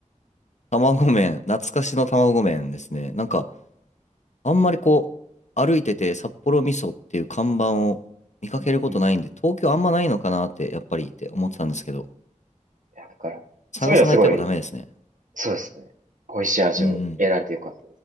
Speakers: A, on the left; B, on the right.
A: 卵麺。懐かしの卵麺ですね。なんか、あんまりこう、歩いてて札幌味噌っていう看板を見かけることないんで、
B: うん。い
A: 東京あんまないのかなって、やっぱりって思ってたんですけど、
B: や、だから、
A: 探さないとやっぱダメですね。
B: そういうのはすごい、そうですね。美味しい味を得られてよかった。
A: うんうん。